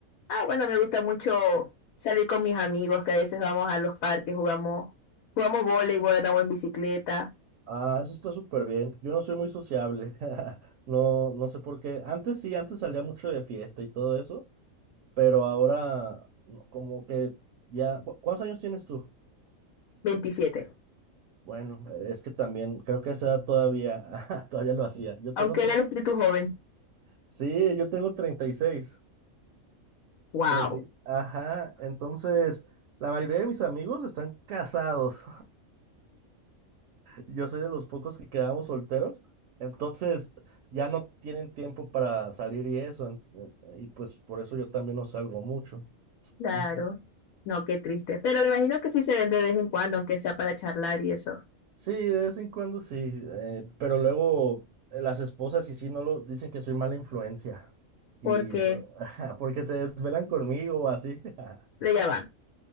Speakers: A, on the left; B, on the right.
A: Ah, bueno, me gusta mucho salir con mis amigos, que a veces vamos a los parques, jugamos, jugamos voleibol, andamos en bicicleta.
B: Ah, eso está súper bien. Yo no soy muy sociable. <laughs> No, no sé por qué. Antes sí, antes salía mucho de fiesta y todo eso, pero ahora no, como que ya... ¿cu- ¿Cuántos años tienes tú?
A: Veintisiete.
B: Bueno, es que también creo que a esa edad todavía, <laughs> todavía lo hacía. Yo
A: Aunque
B: tengo tre-
A: era el espíritu joven.
B: Sí, yo tengo 36.
A: Wow.
B: 30... y- Ajá, entonces la mayoría de mis amigos están casados. Yo soy de los pocos que quedamos solteros, entonces ya no tienen tiempo para salir y eso, en- en- y pues por eso yo también no salgo mucho.
A: Claro.
B: Ujú.
A: No, qué triste. Pero me imagino que sí se ven de vez en cuando, aunque sea para charlar y eso.
B: Sí, de vez en cuando sí, eh, pero luego eh, las esposas y sí no lo dicen que soy mala influencia
A: Porque,
B: y no, lo- <laughs> ajá, porque se desvelan conmigo o así. <laughs>
A: pero ya va.